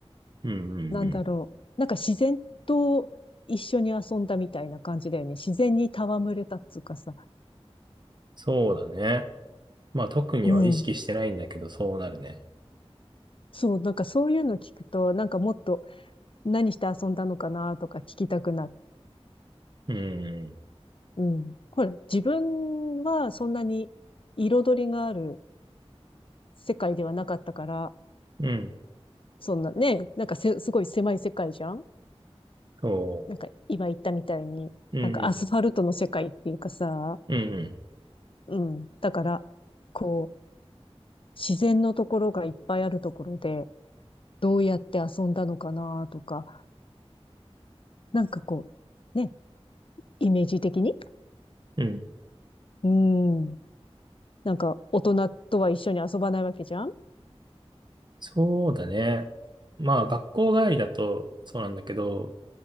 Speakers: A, on the right; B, on the left.
A: うんうんうん。
B: なんだろう。なんか自然と一緒に遊んだみたいな感じだよね。自然に戯れたっつうかさ。
A: そうだね。まあ、特には意識してないんだけど、
B: うん。
A: そうなるね。
B: そう、なんかそういうの聞くと、なんかもっと何して遊んだのかなとか聞きたくなる。
A: うん。
B: うん。ほら、自分はそんなに彩りがある世界ではなかったから、
A: うん。
B: そんなね、なんかせ、すごい狭い世界じゃん
A: そ
B: なんか今言ったみたいに、
A: う。うん。
B: なんかアスファルトの世界っていうかさ、
A: うん。
B: うん。だから、こう、自然のところがいっぱいあるところで、どうやって遊んだのかなとか、なんかこう、ね、イメージ的に。
A: うん。うん
B: うん。なんか、大人とは一緒に遊ばないわけじゃん
A: そうだね。まあ、学校帰りだとそうなんだけど、